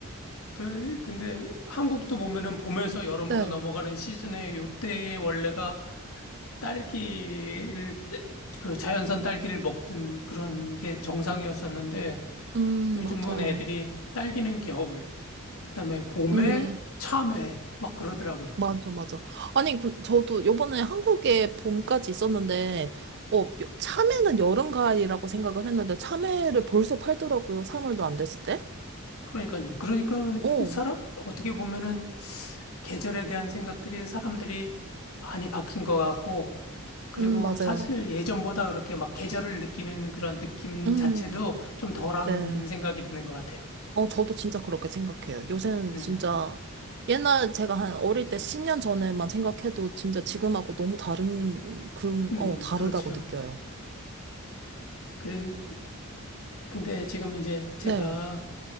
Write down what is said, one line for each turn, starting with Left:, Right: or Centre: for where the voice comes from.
Left: 그 근데 한국도 보면은 봄에서 여름으로
Right: 네,
Left: 넘어가는 시즌에 요때 원래가 딸기를 뜨- 그 자연산 딸기를 먹던 그런 게 정상이었었는데
Right: 음,
Left: 요즘은
Right: 맞아요.
Left: 애들이 딸기는 겨울 그다음에 봄에
Right: 음.
Left: 참외 막 그러더라고요.
Right: 맞아, 맞아. 아니, 그, 저도 요번에 한국에 봄까지 있었는데, 어, 요- 참외는 여름, 가을이라고 생각을 했는데, 참외를 벌써 팔더라고요. 3월도 안 됐을 때.
Left: 그러니까요. 그러니까
Right: 어,
Left: 그 사람 어떻게 보면은 계절에 대한 생각들이 사람들이 많이 바뀐 것 같고 그리고
Right: 음, 맞아요.
Left: 사실 예전보다 그렇게 막 계절을 느끼는 그런 느낌
Right: 음,
Left: 자체도 좀 덜한
Right: 네.
Left: 생각이 드는 것 같아요.
Right: 어, 저도 진짜 그렇게 생각해요. 요새는
Left: 음,
Right: 진짜, 옛날 제가 한 어릴 때 10년 전에만 생각해도 진짜 지금하고 너무 다른, 그런,
Left: 음,
Right: 어, 다르다고
Left: 그렇죠.
Right: 느껴요.
Left: 그래, 근데 지금 이제 제가
Right: 네,